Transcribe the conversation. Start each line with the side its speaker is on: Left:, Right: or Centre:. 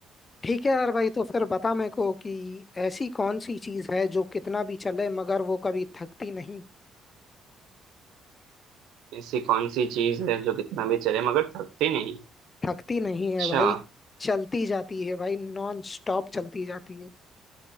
Left: ठीक है यार भाई तो फिर बता मेरे को कि ऐसी कौन सी चीज है जो कितना भी चले मगर वो कभी थकती नहीं
Right: ऐसी कौन सी चीज है जो कितना भी चले मगर थकती नहीं
Left: थकती नहीं
Right: अच्छा
Left: है भाई चलती जाती है भाई नॉन स्टॉप चलती जाती है